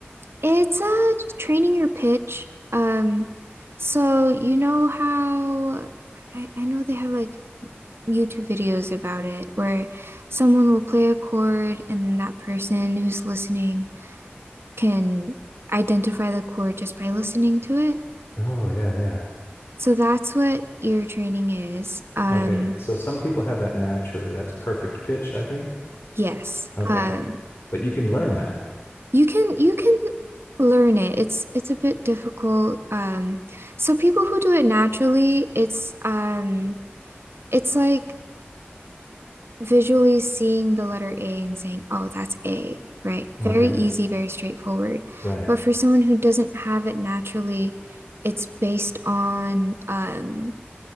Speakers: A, on the right (about 75°); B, on the left (about 75°).
A: it's uh training your pitch. Um, so you know how I, I know they have like YouTube videos about it where someone will play a chord and then that person who's listening can identify the chord just by listening to it.
B: Oh, yeah, yeah.
A: So that's what ear training is. Um,
B: Okay. So some people have that naturally. That's perfect pitch, I think.
A: yes.
B: Okay.
A: Um,
B: But you can learn that.
A: you can you can learn it. It's it's a bit difficult. Um, so people who do it naturally, it's um, it's like visually seeing the letter A and saying, "Oh, that's A," right?
B: Okay.
A: Very easy, very straightforward.
B: Right.
A: But for someone who doesn't have it naturally, it's based on um,